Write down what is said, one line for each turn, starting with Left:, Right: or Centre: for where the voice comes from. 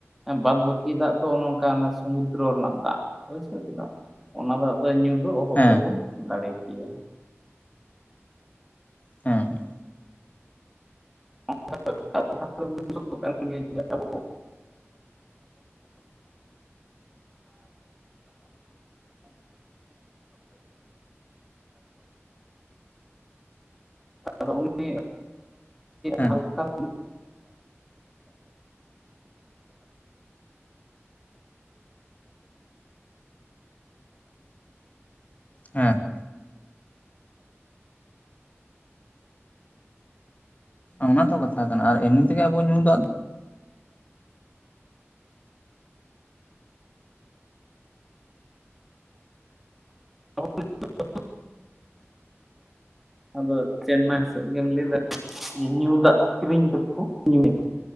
Centre: ᱵᱟᱫᱽ ᱵᱟᱹᱠᱤ ᱫᱟᱜ ᱫᱚ ᱱᱚᱝᱠᱟ ᱥᱚᱢᱩᱫᱨᱚ ᱨᱮᱱᱟᱜ ᱫᱟᱜ ᱵᱩᱡᱷᱟᱹᱣ ᱠᱮᱫᱟᱢ ᱾ ᱚᱱᱟ ᱫᱚᱜ ᱫᱚ ᱧᱩ ᱫᱚ ᱚᱦᱚ
Left: ᱦᱮᱸ
Centre: ᱜᱮᱵᱚᱱ ᱫᱟᱲᱮ ᱠᱮᱭᱟ ᱾
Left: ᱦᱮᱸ
Centre: <inaudible> <inaudible> ᱜᱮᱭᱟ <inaudible> ᱟᱵᱚ ᱟᱫᱚ ᱩᱱᱤ
Left: ᱦᱮᱸ‌
Centre: ᱦᱟᱞᱠᱟ
Left: ᱦᱮᱸ ᱚᱱᱟ ᱛᱚ ᱠᱟᱛᱷᱟ ᱠᱟᱱᱟ ᱟᱨ ᱮᱢᱱᱤ ᱛᱮᱜᱮ ᱟᱵᱚ ᱧᱩ ᱫᱟᱜ
Centre: <inaudible> ᱟᱫᱚ ᱪᱮᱱᱱᱟᱭ ᱥᱮᱫ ᱜᱮᱢ ᱞᱟᱹᱭ ᱫᱟᱲᱮᱭᱟᱜᱼᱟ ᱡᱮ ᱧᱩ ᱫᱟᱜ ᱠᱤᱨᱤᱧ ᱠᱟᱛᱮᱫ ᱠᱚ ᱧᱩᱭᱟᱠᱚ ᱾